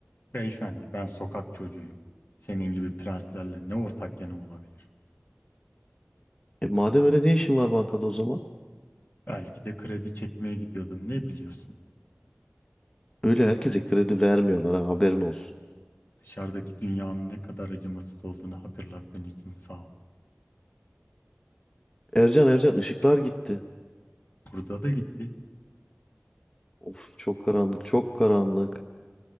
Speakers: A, on the left; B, on the left.
A: Beyefendi ben sokak çocuğuyum. Senin gibi prenslerle ne ortak yanım olabilir?
B: E madem öyle ne işin var bankada o zaman?
A: Belki de kredi çekmeye gidiyordum ne biliyorsun?
B: Öyle herkese kredi vermiyorlar ha haberin olsun.
A: Dışarıdaki dünyanın ne kadar acımasız olduğunu hatırlattığın için sağ ol.
B: Ercan Ercan ışıklar gitti.
A: Burada da gitti.
B: Of çok karanlık çok karanlık.